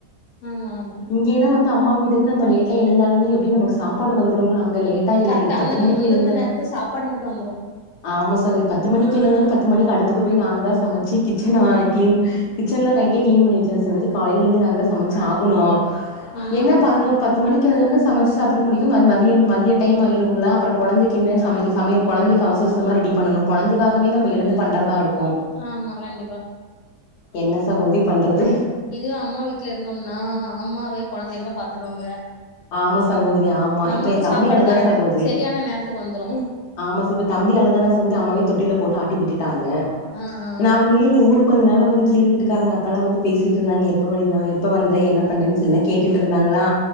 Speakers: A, on the left; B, on the left.
A: ஆமா ஆமா
B: இங்கென வந்து அம்மா வீ <unintelligible> நம்ம லேட்டா எழுந்தாலுமே எப்டி நமக்கு சாப் பாடு வந்துருங்களா அங்க லேட்டா எழுதி
A: கரெக்டா
B: பத்து
A: அந்த
B: மணிக்கு
A: அந்தந்த
B: எழுந்த
A: நேரத்துக்கு சாப்பாடு மட்டு வந்துரு
B: ஆமா சாமி பத்து மணிக்கு எழுந்தாலு பத் பத்து மணிக்கு அடுப்புக்கு போய் நா தா சமச்சு கிச்சன ஆ கிளீன் கிச்சன்லா நைட்டே கிளீன் பண்ணி வச்சிருவே <unintelligible> காலைல எழுந்து நா தா சமச்சு ஆகணு
A: ஆமா
B: என்ன பதினொரு பத்து மணிக்கு எழுந்தோன்ன சமச்சு சாப்ட முடி மதியம் மதிய டைம் ஆயிருங்களா அப்றோ குழந்தைக்கு இன்னு சமைக்க சமயல் குழந்தைக்கு அவசர அவசரமா ரெடி பண்ணணு குழந்தைக்காகவே நம்ம எழுந்து பண்றதா இருக்கு
A: ஆமா கண்டிப்பா
B: என்ன சகோதரி பண்றது
A: இது அம்மா வீட்ல இருந்தோம்னா அம்மாவே குழந்தைகல பாத்துடுவாங்க
B: ஆமா சகோத ரி ஆமா
A: நம்மளுக்கு
B: இப்ப என் தம்பி
A: சாப்பாடு
B: அழுதா
A: கர
B: சகோதரி
A: சரியான நேரத்துக்கு வந்துரு
B: ஆமா இப்ப தம்பி அழுதான சகோதரி அம்மாவே தொட்டில்ல போட்டு ஆட்டி விட் டாங்க
A: ஆ ஆ
B: நா அதுங்கள இந்த ஊருக்கு வந்த நால வந்து கீல் வீட்டு வீட்டுக்காரங்க அக்கால்லா வந்து பேசிட்டு இருந்தாங்க எப்ப வனிதா எப்ப வந்த என்ன பண்ற சொன்ன கேட்டுட்டு இருந்தாங்களா